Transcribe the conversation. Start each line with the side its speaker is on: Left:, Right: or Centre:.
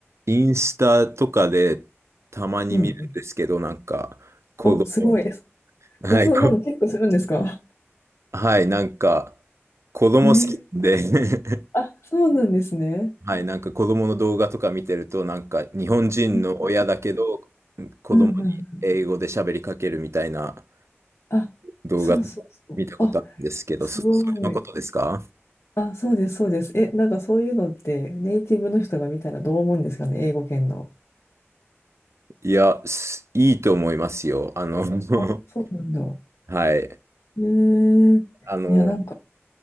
Right: インスタとかでたまに見るんですけど、
Left: うんうん。
Right: なんか、子供、
Left: お、すごいです。
Right: <laughs> はい、
Left: え、そんなの結構するんですか
Right: こはい、なんか、子供好きなんで
Left: えー、あ、そうなんですね。
Right: <laughs> はい、なんか子供の動画とか見てると、なんか、日本人の親だけど、
Left: えー
Right: 子供に英語で喋りかけるみたいな
Left: うんうん。あ、
Right: 動画とか見たことあるんですけど、
Left: そうそうそう。あ、すごい。
Right: そ、それのことですか
Left: あ、そうです、そうです。え、なんかそういうのってネイティブの人が見たらどう思うんですかね、英語圏の。
Right: いや、すいいと思いますよ。あの、<laughs>
Left: あ、そうなんだ。
Right: はい、
Left: えー、
Right: あの、
Left: いや、なんか、